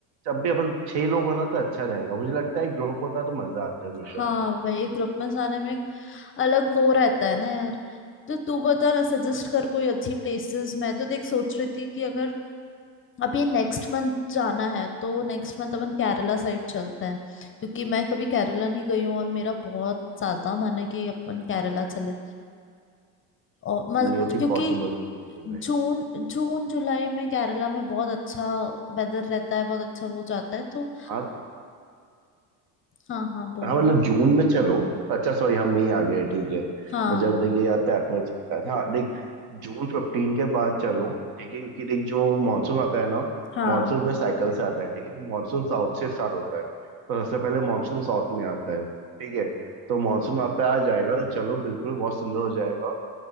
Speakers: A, on the right (about 60°); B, on the left (about 30°).
A: जब भी अपन छह लोग हो ना तो अच्छा रहेगा मुझे लगता है ग्रुप होता तो मजा आता है हमेशा
B: हाँ वही ग्रुप में जाने में एक अलग वो रहता है ना यार तो तू बता ना सजेस्ट कर कोई अच्छी प्लेसेस मैं तो देख सोच रही थी कि अगर अभी नेक्स्ट मंथ जाना है तो नेक्स्ट मंथ अपन केरला साइड चलते हैं क्योंकि मैं कभी केरला नहीं गई हूँ और मेरा बहुत ज्यादा मन है कि अपन केरला चले और म-
A: ये थी
B: क्योंकि
A: पॉसिबल ही नहीं है भाई
B: जून जून जुलाई में केरला में बहुत अच्छा वेदर रहता है बहुत अच्छा हो जाता है तो
A: हाँ
B: हाँ हाँ बोल
A: हाँ मतलब
B: बोल
A: जून में चलो अच्छा सॉरी हम मई आ गए ठीक है
B: हाँ
A: मुझे अब तक ये याद था अप्रैल चलता है हाँ देख जून फिफ्टीन के बाद चलो ठीक है क्योंकि देख जो मानसून आता है ना
B: हाँ
A: मानसून पर साइकिल से आता है ठीक है तो मानसून साउथ से स्टार्ट होता है तो सबसे पहले मानसून साउथ में आता है ठीक है तो मानसून वहाँ पे आ जाएगा तो चलो बिल्कुल बहुत सुंदर हो जाएगा